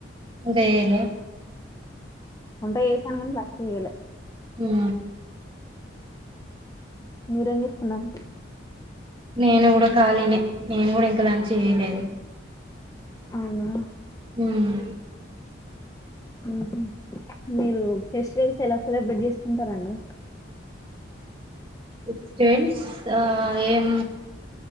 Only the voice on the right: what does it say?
ఇంకా చేయలే
ఆ
నేను కూడా ఖాళీనే నేను కూడా ఇంకా లంచ్ చేయలేదు.
హ్
క్రిస్టియన్స్ ఆ ఏం